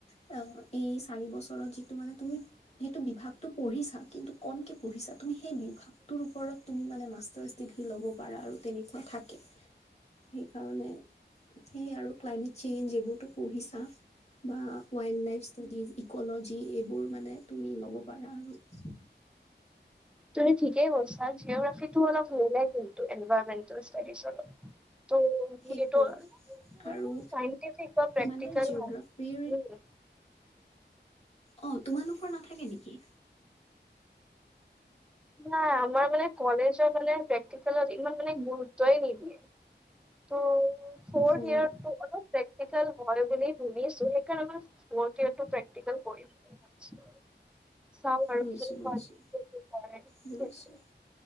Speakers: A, on the left; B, in the centre.
A: <unintelligible> এই চাৰি বছৰত যিটো মানে তুমি সেইটো বিভাগতটো পঢ়িছা, কিন্তু কমকে পঢ়িছা তুমি সেই বিভাগ তোৰ ওপৰত তুমি মানে মাষ্টাৰ্চ ডিগ্ৰী লব পাৰা আৰু তেনেকুৱা থাকে। সেইকাৰণে সেই আৰু ক্লাইমেট চেঞ্জ এইবোৰ টো পঢ়িছা? বা ৱাইল্ড লাইফছ ষ্টডিজ ইকলজি এইবোৰ মানে তুমি ল'ব পাৰা আৰু।
B: তুমি ঠিকেই কৈছা জিঅগ্ৰাফিটো অলপ মিলে কিন্তু এনভাইৰমেণ্টেল ষ্টডিজৰ লগ- <inaudible> টো
A: সেইটোৱে
B: এইটো <unintelligible>
A: আৰু
B: চাইণ্টিফিক বা প্ৰেক্টিকল
A: মানে জিঅ'গ্ৰাফীৰ
B: হয়, উম।
A: অ, তোমালোকৰ নাথাকে নেকি?
B: নাই আমাৰ মানে কলেজৰ মানে প্ৰেক্টিকেলত ইমান মানে গুৰুত্বই নিদিয়ে। ত ফউৰ্থ
A: অ
B: ইয়াৰ্ত টো অলপ প্ৰেক্টিকেল হয় বুলি শুনিছোঁ, সেইকাৰণে মাছ- ফৌৰ্থ ইয়েৰ টো প্ৰেক্টিকেল কৰিম বুলি ভাবিছোঁ আৰু। চাও আৰু
A: বুজিছো
B: কি হয়,
A: বুজিছো
B: নিদিবও টো পাৰে ঠেইটোৱে
A: বুজিছোঁ